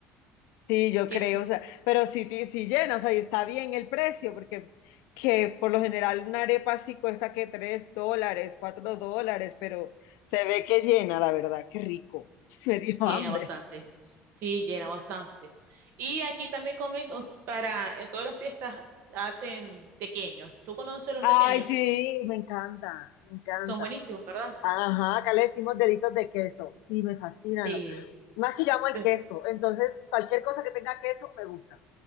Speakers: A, on the left (about 80°); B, on the right (about 55°).
A: Sí, yo
B: Que
A: creo,
B: sí.
A: o sea, pero sí, ti- sí llena, o sea, y está bien el precio, porque que por lo general una arepa así cuesta que tres dólares, cuatro dólares, pero se ve que llena, la verdad, qué rico. <laughs> Me dio hambre.
B: Llena bastante. Sí, llena bastante. Y aquí también comen, os- para, en todas las fiestas hacen tequeños. ¿Tú conoces los
A: Ay,
B: tequeños?
A: sí, me encanta, me encanta.
B: Son buenísimos, ¿verdad?
A: Ajá, acá le decimos deditos de queso. Sí, me fascinan
B: Sí,
A: Más que yo amo el
B: bu-
A: queso, entonces cualquier cosa que tenga queso me gusta.